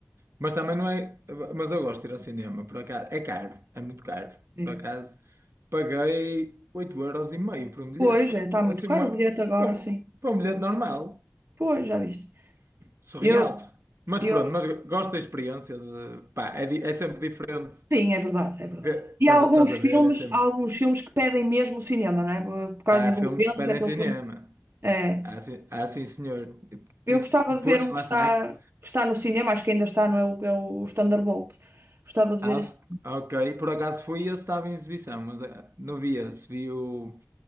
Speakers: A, on the right; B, on the right.
A: Mas também não é. Mas eu gosto de ir ao cinema, por acaso. É caro, é muito caro.
B: É.
A: Por acaso, paguei oito euros e meio por um bilhete.
B: Pois, é, está muito
A: Assim, uma-
B: caro o bilhete agora,
A: para um,
B: sim.
A: para um bilhete normal.
B: Pois, já viste.
A: Surreal.
B: Eu,
A: Mas
B: eu,
A: pronto, mas gosto da experiência. De, pá, é, di- é sempre diferente.
B: sim, é verdade, é verdade.
A: Ver-
B: E
A: Estás
B: há alguns
A: a, estás a
B: filmes,
A: ver? É sempre.
B: há alguns filmes que pedem mesmo o cinema, não é? Por, por causa
A: Há
B: da envolvência,
A: filmes que pedem
B: aquele
A: cinema.
B: filme. É.
A: Há, ci- há sim, senhor. E
B: Eu
A: por isso,
B: gostava
A: depois,
B: de ver um
A: lá
B: que
A: está.
B: está, que está no cinema, acho que ainda está, não é o, é o Thunderbolt. Gostava de
A: Ast-
B: ver esse.
A: ok, por acaso fui e ele estava em exibição, mas eh, não vi esse. Vi o,